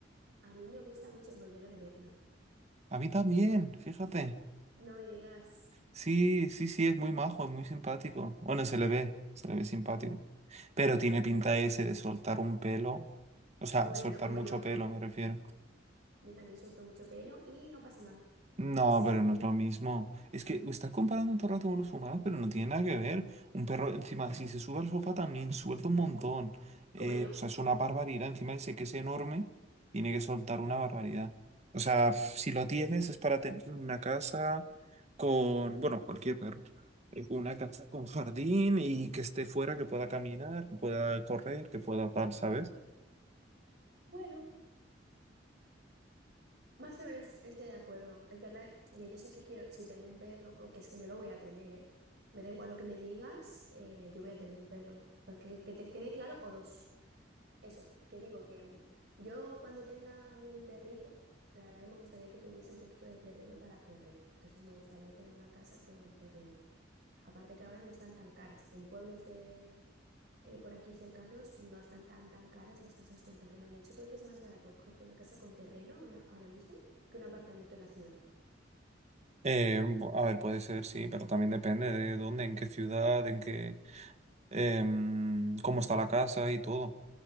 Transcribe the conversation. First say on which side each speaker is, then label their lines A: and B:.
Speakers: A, on the right; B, on the right.
A: A mí me gusta mucho el boyero de Berna.
B: A mí también, fíjate.
A: No me digas.
B: Sí, sí, sí, es muy majo, es muy simpático. Bueno, se le ve, se le ve simpático. Pero tiene pinta ese de soltar un pelo. O sea,
A: Bueno,
B: soltar
A: como
B: mucho
A: yo.
B: pelo, me refiero.
A: Yo también suelto mucho pelo y no pasa nada.
B: No,
A: Se
B: pero
A: limpia.
B: no es lo mismo. Es que estás comparando un rato con los humanos, pero no tiene nada que ver. Un perro, encima, si se sube al sofá también suelta un montón. Eh,
A: Como yo.
B: o sea, es una barbaridad. Encima dice que es enorme, tiene que soltar una barbaridad. O sea, f- si lo tienes es para tener una casa con, bueno, cualquier perro. Eh, Una casa con jardín y que esté fuera, que pueda caminar, que pueda correr, que pueda tal, ¿sabes?
A: Bueno. Más o menos estoy de acuerdo. Es verdad que yo sí que quiero, si tengo un perro, o que es que yo lo voy a tener, ¿eh? Me da igual lo que me digas, eh, yo voy a tener un perro. para Que, que te quede claro o dos. Eso, que digo que mm, yo cuando tenga a mi perrito, la verdad que me gustaría que tuviese un poquito de terreno para correr. Entonces me gustaría tener una casa con terreno. Aparte que ahora no están tan caras. En pueblos de eh, por aquí cercanos no están tan, tan caras las casas con terreno. De hecho, creo que es más barato cogerte una casa con terreno ahora, ahora mismo que un apartamento en la ciudad.
B: Eh, bu- a ver, puede ser, sí, pero también depende de dónde, en qué ciudad, en qué... em, cómo está la casa y todo.